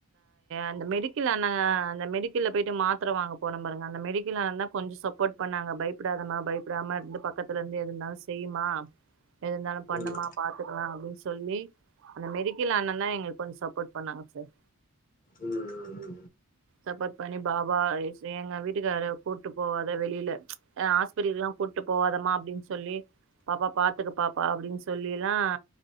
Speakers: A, on the right (about 60°); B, on the left (about 35°).
A: அந்த மெடிக்கல்ல ஆனாங்க அந்த மெடிக்கல்ல போயிட்டு மாத்திர வாங்க போனோம் பாருங்க அந்த மெடிக்கல் அந்தனந்தா கொஞ்சம் சப்போர்ட் பண்ணாங்க பயப்படாதமா பயப்படாம இருந்து பக்கத்துல இருந்து எது இருந்தாலும் செய்யுமா எது இருந்தாலும் பண்ணுமா
B: ம், ம்.
A: பாத்துக்கலாம் அப்படின்னு சொல்லி அந்த மெரிக்கல் அண்னன் தான் எங்களுக்கு கொஞ்சம் சப்போர்ட் பண்ணாங்க சார்
B: உம் உம் உம்
A: சப்போர்ட் பண்ணி பாபா எங்க வீட்டுக்கார கூட்டு போவாத வெளியில ஹ் ஹாஸ்பத்திரில்லாம் கூப்பிட்டு போவாதமா அப்படின்னு சொல்லி பாப்பா பாத்துக்க பாப்பா அப்படின்னு சொல்லி எல்லாம்